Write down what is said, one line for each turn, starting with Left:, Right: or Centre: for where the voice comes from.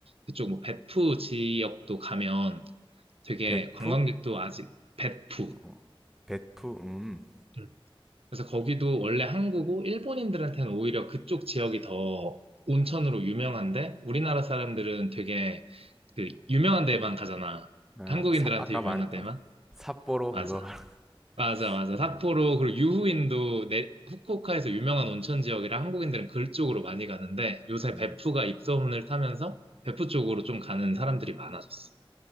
Right: 그쪽 뭐 베푸 지역도 가면 되게
Centre: 베프?
Right: 관광객도 아직 베푸.
Centre: 어, 베프, 음,
Right: 음. 그래서 거기도 원래 한국고 일본인들한테는 오히려 그쪽 지역이 더 온천으로 유명한데 우리나라 사람들은 되게 그 유명한 데만 가잖아.
Centre: 아,
Right: 한국인들한테
Centre: 삽, 아까
Right: 유명한
Centre: 말했던
Right: 데만?
Centre: 삿포로
Right: 맞아.
Centre: 그거 말, <laughs>
Right: 맞아, 맞아.
Centre: 어,
Right: 삿포로 그리고 유후인도 내, 후쿠오카에서 유명한 온천 지역이라 한국인들은 그쪽으로 많이 가는데 요새
Centre: 음,
Right: 베프가 입소문을 타면서 베프 쪽으로 좀 가는 사람들이 많아졌어.